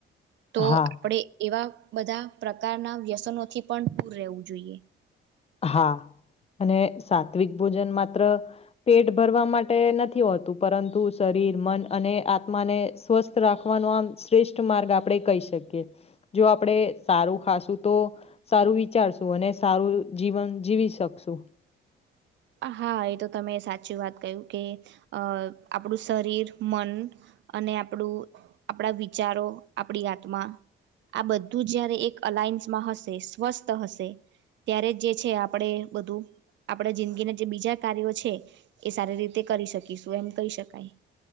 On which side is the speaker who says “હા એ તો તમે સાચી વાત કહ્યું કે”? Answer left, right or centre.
Right